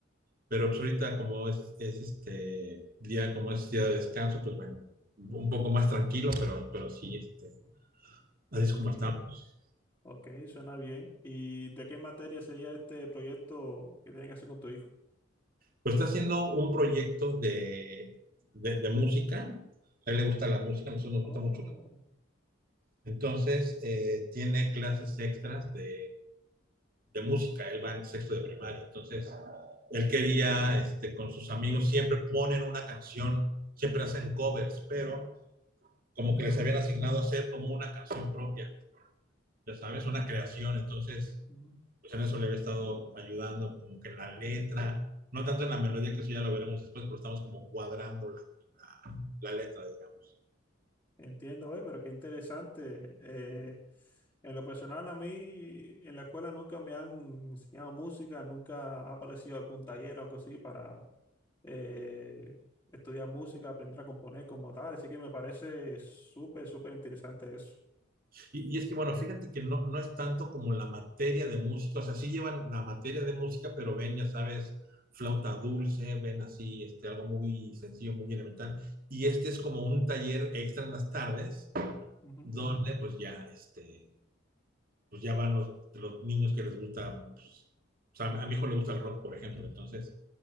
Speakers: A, on the right (about 50°); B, on the left (about 25°).
A: Pero pues ahorita como es, es este día, como es día de descanso, pues bueno, un poco más tranquilo, pero, pero sí, este, así es
B: Ok,
A: como estamos.
B: ok, suena bien. ¿Y de qué materia sería este proyecto que tienes que hacer con tu hijo?
A: Pues está haciendo un proyecto de, de, de música, a él le gusta la música, a nosotros nos
B: Oh.
A: gusta mucho. Entonces, eh, tiene clases extras de, de música, él va en sexto de primaria, entonces él quería, este, con sus amigos, siempre ponen una canción, siempre hacen covers, pero como que les habían asignado hacer como una canción propia. ya sabes, una creación, entonces,
B: mm.
A: pues en eso le había estado ayudando, como que en la letra, no tanto en la melodía, que eso ya lo veremos después, pero estamos como cuadrando la, la, la letra, digamos.
B: Entiendo, güey, pero qué interesante. Eh, en lo personal, a mí en la escuela nunca me han enseñado música, nunca ha aparecido algún taller o algo así para eh, estudiar música, aprender a componer como tal. Así que me parece súper, súper interesante eso.
A: Y, y, es que, bueno, fíjate que no, no es tanto como la materia de música, o sea, sí llevan la materia de música, pero ven, ya sabes, flauta dulce, ven así, este, algo muy sencillo, muy elemental. Y este es como un taller extra en las tardes,
B: Ujú,
A: donde pues ya, este, pues ya van los, los niños que les gusta, pues, o sea, a mi hijo le gusta el rock, por ejemplo, entonces